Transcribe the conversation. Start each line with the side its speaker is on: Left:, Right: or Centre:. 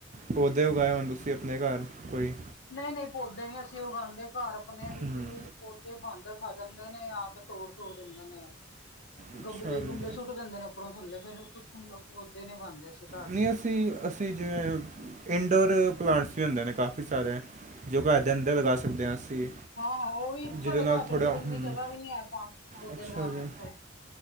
Right: ਪੌਦੇ ਉਗਾਏ ਹੋਣ ਤੁਸੀਂ ਆਪਣੇ ਘਰ ਕੋਈ।
Left: ਨਈ-ਨਈ ਪੌਦੇ ਨੀ ਅਸੀਂ ਉਗਾਂਦੇ ਘਰ ਆਪਣੇ ਬਿਲਕੁੱਲ
Right: ਹੂੰ
Left: ਵੀ ਪੌਦੇ ਬਾਂਦਰ ਖਾ ਜਾਂਦੇ ਨੇ ਆ ਕੇ। ਤੋੜ-ਤੂੜ ਦਿੰਦੇ ਨੇ
Right: ਅੱਛਾ
Left: ਗਂਮਲੇ-ਗੁੰਮਲੇ
Right: ਜੀ
Left: ਸੁੱਟ ਦਿੰਦੇ ਨੇ ਉਪਰੋਂ ਥੱਲੇ ਫਿਰ ਕੁੱਛ ਪੌਦੇ ਨੀ ਉਂਗਾਦੇ ਅਸੀ
Right: ਨਹੀਂ ਅਸੀਂ ਅਸੀਂ ਜਿਵੇਂ ਇਨਡੋਰ ਪਲਾਂਟਸ ਵੀ ਹੁੰਦੇ ਨੇ ਕਾਫੀ ਸਾਰੇ ਜੋ ਘਰ ਦੇ ਅੰਦਰ ਲਗਾ ਸਕਦੇ ਹਾਂ ਅਸੀਂ।
Left: ਹਾਂ-ਹਾਂ ਉਹ ਵੀ ਸਾਡੇ
Right: ਜਿਹਦੇ ਨਾਲ
Left: ਘਰ ਦੇ
Right: ਥੋੜ੍ਹਾ
Left: ਅੰਦਰ ਇੰਨੀ
Right: ਹੂੰ
Left: ਜਗ੍ਹਾ ਵੀ ਨੀ ਹੈ ਪਾ ਪੌਦੇ
Right: ਅੱਛਾ
Left: ਲਗਾਣ
Right: ਜੀ
Left: ਵਾਸਤੇ।